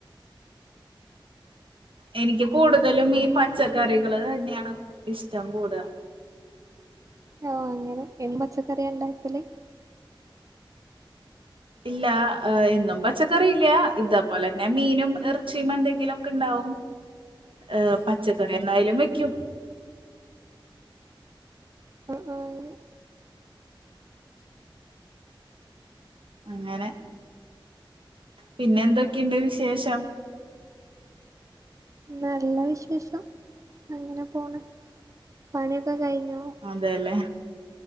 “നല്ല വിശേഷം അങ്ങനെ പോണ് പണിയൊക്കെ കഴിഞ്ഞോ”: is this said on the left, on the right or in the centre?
Right